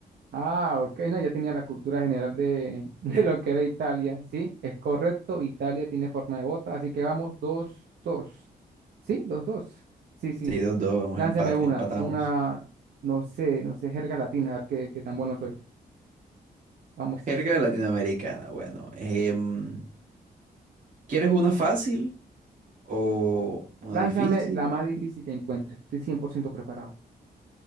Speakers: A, on the right; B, on the right.
A: Ah, ok, no, ya tenía la cultura general de, <laughs> de lo que era Italia. Sí, es correcto, Italia tiene forma de bota, así que vamos, dos, dos. Sí, dos, dos. Sí, sí,
B: 6 dos dos, vamos
A: lánzame
B: a empate,
A: una,
B: empatamos.
A: una, no sé, no sé, jerga latina, a ver qué, qué tan bueno soy. Vamos,
B: Jerga latinoamericana, bueno. em, ¿quieres una fácil o una
A: lánzame
B: difícil?
A: la más difícil que encuentre, estoy cien por ciento preparado.